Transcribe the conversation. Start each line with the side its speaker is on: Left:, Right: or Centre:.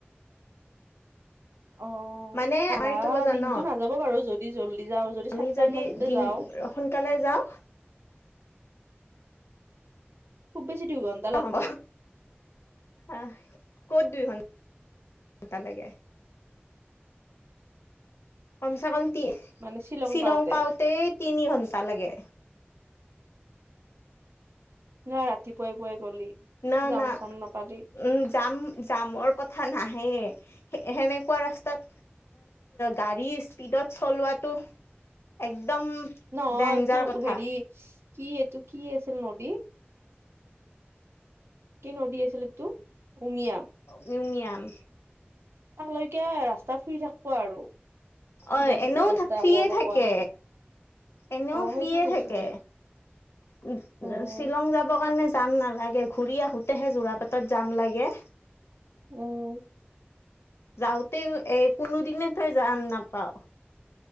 Right: অ
Left: মানে
Right: আধা
Left: আই থব জান
Right: দিনটো নাযাব বাৰু যদি জল্দি যাওঁ
Left: আমি
Right: চাৰিটাৰ
Left: যদি
Right: মাজতে
Left: দিন
Right: যাওঁ
Left: সোনকালে যাও।
Right: খুব বেছি দুই ঘণ্টা
Left: অ, হব আহ ক'ত দুই ঘন ঘণ্টা লাগে। কম চে কম তি
Right: মানে
Left: শ্বিলং
Right: পাওঁতে
Left: পাওতে তিনি ঘন্টা লাগে।
Right: নহ ৰাতিপুৱাই পুৱাই গলি।
Left: না
Right: যাম
Left: - না।
Right: চাম নাপালি
Left: উম, জাম - জামৰ কথা নাহে সেনেকুৱা ৰাস্তাত। গাড়ী স্পীডত চলোৱাাতটো একদম
Right: নহ
Left: ডেঞ্জাৰ
Right: তোৰ
Left: কথা
Right: হেৰি কি এইটো কি আছিল নদী কি নদী আছিল তটো উমিয়াম।
Left: ইউনিয়ান।
Right: তাক লৈকে ৰাস্তা ফুৰি থাকিব আৰু। চিধা
Left: অ,
Right: চিধা
Left: এনেও
Right: ৰাস্তা
Left: ফ্ৰিয়ে
Right: একোৱা পকোৱা
Left: থাকে
Right: নাই
Left: এনেও
Right: অ
Left: ফ্ৰিয়ে
Right: সেইটো কৈছো
Left: থাকে। উম,
Right: উম
Left: শ্বিলং যাবৰ কাৰণে যাম নালাগে ঘূৰি আহোতেহে যোৰা পাটত যাম লাগে।
Right: উম,
Left: যাওতে এ কোনোদিনে তই যাম নাপাও।